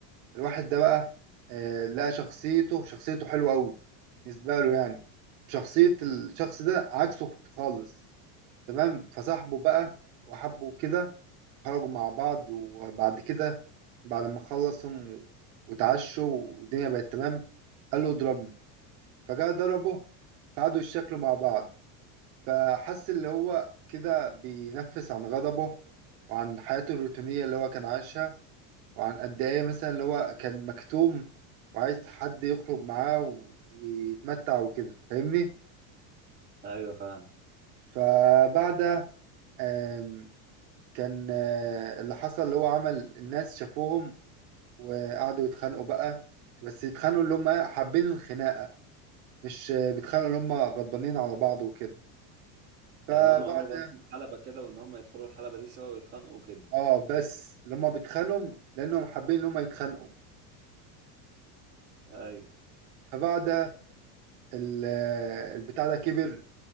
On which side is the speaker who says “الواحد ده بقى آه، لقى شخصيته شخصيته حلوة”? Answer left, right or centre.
Right